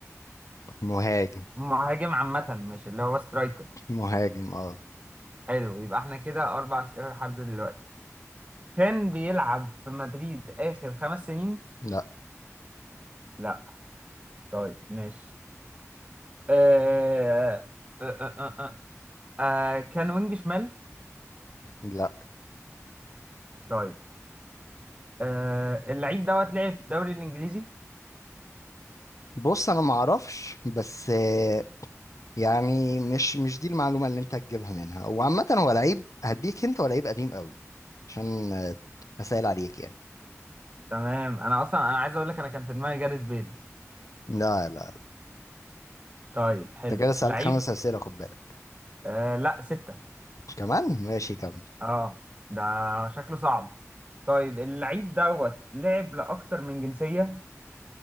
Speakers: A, on the left; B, on the right.
A: مهاجم
B: مهاجم عامة مش اللي هو سترايكر
A: مهاجم اه
B: حلو يبقى احنا كده أربع أسئلة لحد دلوقتي كان بيلعب في مدريد آخر خمس سنين؟
A: لا
B: لا طيب ماشي آه... آه... آه... آه... آه... آه، آه، كان وينج شمال؟
A: لا
B: طيب آه... اللعيب دوت لعب في الدوري الإنجليزي؟
A: بص انا ما اعرفش بس آه يعني مش مش دي المعلومة اللي انت هتجيبها منها وعامة هو لعيب هديك انت هو لعيب قديم قوي عشان آه، اسهل عليك يعني
B: تمام أنا أصلا أنا عايز أقول لك أنا كان في دماغي جاريث بيل
A: لا لا لا.
B: طيب حلو
A: انت كده سألت
B: لعيب
A: خمس اسئلة خد بالك
B: آه... لا ستة
A: كمان ماشي كمل
B: اه ده شكله صعب طيب اللعيب دوت لعب لأكتر من جنسية